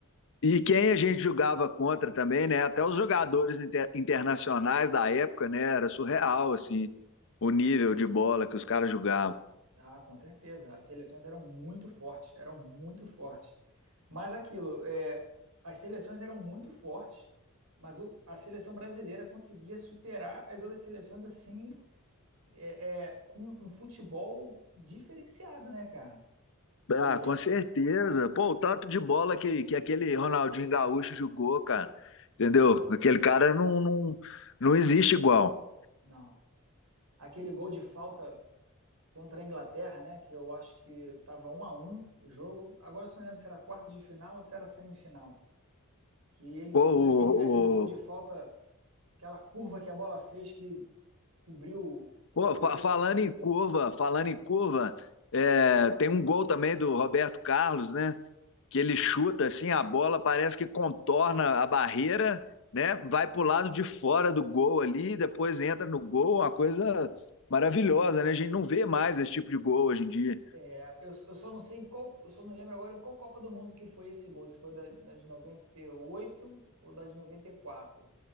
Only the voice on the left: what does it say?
E quem a gente jogava contra também, né? Até os jogadores inter- internacionais da época, né? Era surreal, assim, o nível de bola que os caras jogavam.
Ah,
com certeza. Pô, o tanto de bola que, que aquele Ronaldinho Gaúcho jogou, cara. Entendeu? Aquele cara não, não, não existe igual.
Pô,
o,
o-
pô,
fa- falando em curva, falando em curva, é, tem um gol também do Roberto Carlos, né? que ele chuta assim, a bola parece que contorna a barreira, né? Vai para o lado de fora do gol ali, depois entra no gol, uma coisa maravilhosa, né? A gente não vê mais esse tipo de gol hoje em dia.